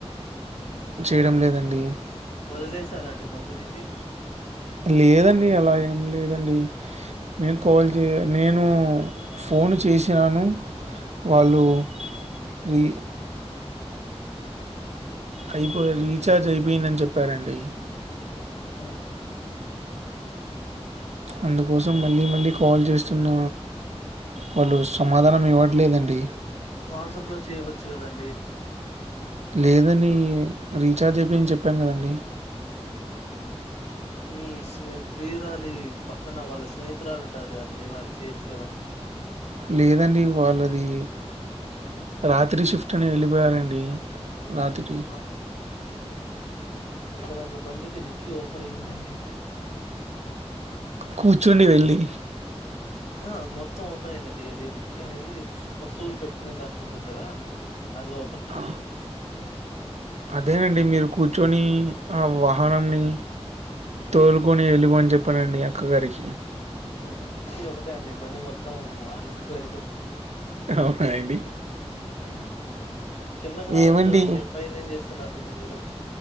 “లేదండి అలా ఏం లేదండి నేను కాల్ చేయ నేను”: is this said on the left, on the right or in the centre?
Right